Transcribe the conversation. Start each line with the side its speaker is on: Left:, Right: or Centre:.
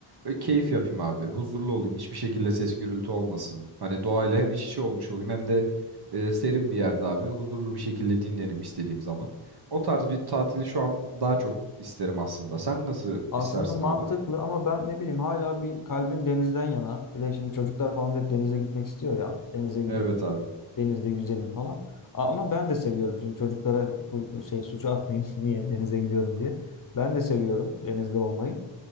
Right: Böyle keyif yapayım abi. Huzurlu olayım. Hiçbir şekilde ses gürültü olmasın. Hani doğayla hem iç içe olmuş olayım hem de e, serin bir yerde abi. Huzurlu bir şekilde dinlerim istediğim zaman. O tarz bir tatili şu an daha çok isterim aslında. Sen nasıl
Left: Aslında
Right: istersin
Left: mantıklı
Right: abi?
Left: ama ben ne bileyim hala bir kalbim denizden yana. Bir de şimdi çocuklar falan da hep denize gitmek istiyor ya. Denize gidelim,
Right: Evet abi.
Left: denizde yüzelim falan. A- Ama ben de seviyorum. Şimdi çocuklara full şey suçu atmayayım <laughs> niye denize gidiyorum diye. Ben de seviyorum denizde olmayı.